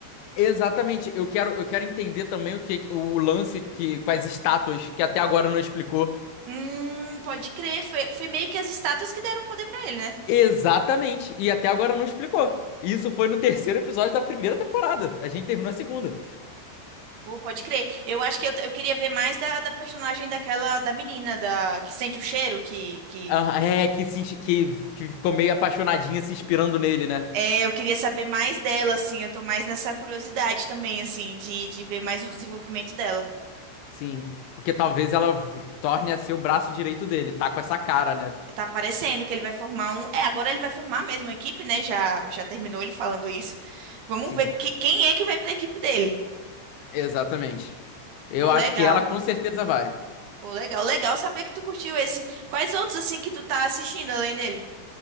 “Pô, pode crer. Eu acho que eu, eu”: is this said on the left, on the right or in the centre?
Right